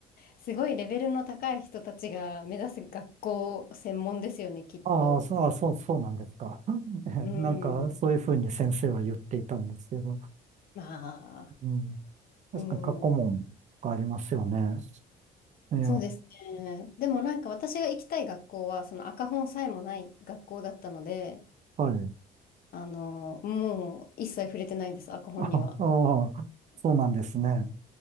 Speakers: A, on the left (about 60°); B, on the right (about 45°).
A: すごいレベルの高い人たちが目指す学校専門ですよね、きっと。
B: ああ、そう、あそう、そうなんですか。<laughs> えなんか、
A: うん。
B: そういうふうに先生は言っていたんですけど、
A: まあ、
B: うん。確かに過去問がありますよね。
A: うん。
B: ええ、
A: そうですね。でもなんか私が行きたい学校は、その赤本さえもない学校だったので、
B: はい。
A: あの、もう一切触れてないです、赤本には。
B: <laughs> ああ、そうなんですね。